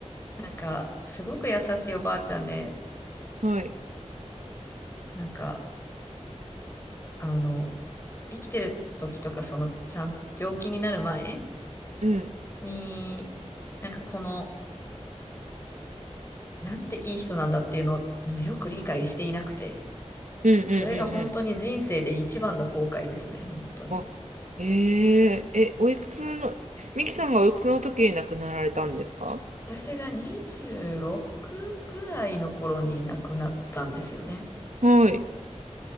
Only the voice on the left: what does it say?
なんか、すごく優しいおばあちゃんで、
なんか、あの、生きてる時とか、その、ちゃん、病気になる前
に、なんかこの、なんていい人なんだっていうのを、もうよく理解していなくて、
それが本当に人生で一番の後悔ですね、本当に。
私が26ぐらいの頃に亡くなったんですよね。